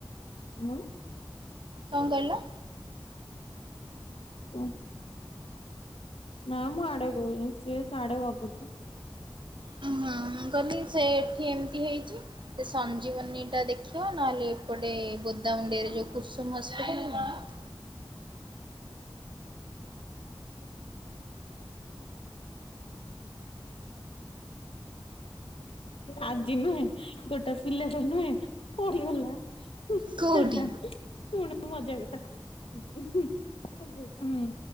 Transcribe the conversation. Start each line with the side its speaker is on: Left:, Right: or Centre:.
Left: ହାଲୋ।
Right: କଣ କହିଲ?
Left: ହଁ। ନାଁ, ମୁଁ ଆଡେ କହୁଛନ଼, ସିଏ ସାଡେ ଗପୁଛି।
Right: ହଁ, ଗନି ସେ ଏଠି ଏମିତି ହେଇଛି। ଚି। ସେ ସଞ୍ଜୀବନୀ ଟା ଦେଖିବା, ନହେଲେ ଏପଟେ ବୋଦାମୁଣ୍ଡେଇରେ
Left: ହୁଁ
Right: ଯଉ କୁସୁମସ୍ <unintelligible>
Left: ଆଜି ନୁହେଁ ଗୋଟା ପିଲାଟା ନୁହେଁ, ପଡିଗଲା,
Right: କୋଉଠି?
Left: ହେଲା। ଶୁଣ୍ ମଜା କଥା, ହୁଁ,